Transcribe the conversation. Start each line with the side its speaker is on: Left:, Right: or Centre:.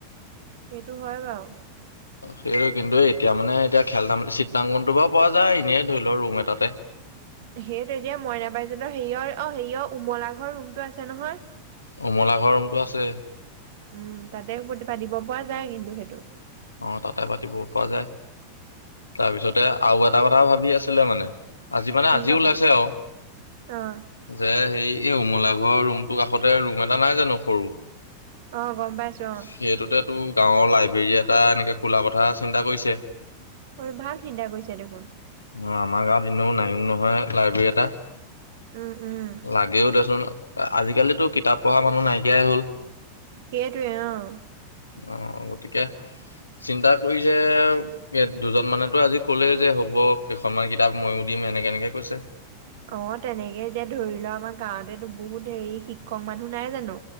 Right: সেইটো হয় বাৰু।
Left: সেই কিন্তু এতিয়া মানে এতিয়া খেল ধাম চিতাংকনটো বাৰু পোৱা যায় এনেইে ধৰি লও ৰুম এটাতে।
Right: সেইটো এতিয়া মইনা বাইদেওহতৰ হেৰিয়ৰ অ' হেৰিয়ৰ উমলা ঘৰ ৰুমটো আছে নহয়। উম,
Left: উমলা ঘৰ ৰুমটো আছে
Right: তাতে পাতিব পৰা যায় কিন্তু সেইটো।
Left: অ, তাতে পাতিব পৰা যায় তাৰপিছতে আৰু এটা কথা ভাবি আছিলে মানে আজি মানে
Right: কি
Left: আজিও
Right: কথা।
Left: ওলাইছে আও
Right: অ',
Left: যে, হেই এই উমলা ঘৰৰ ৰুমটো কাষতে ৰুম এটা নাই জানো সৰু?
Right: অ' গম পাইছো অ'
Left: সেইটোতে তো গাঁৱৰ লাইব্ৰেৰীয়াত টা এনেকে খোলা কথা চিন্তা কৰিছে।
Right: হয়, ভাল চিন্তা কৰিছে দেখোন।
Left: অ আমাৰ গাঁৱত এনেও নাইও নহয় লাইব্ৰেৰী এটা
Right: উম, উম।
Left: লাগেও দেচোন। আজিকালিতো কিতাপ- পঢ়া মানুহ নাইকিয়াই হল।
Right: সেইটোৱে অহ।
Left: অহ, গতিকে চিন্তা কৰিছে এ' দুজন মানেতো আজি কলে যে হ'ব কেইখনমান কিতাপ মইয়ো দিম এনেকে -এনেকে কৈছে।
Right: অহ, তেনেকে এতিয়া ধৰি ল ' আমাৰ গাঁৱতেতো বহুত হেৰি শিক্ষক মানুহ নাই জানো।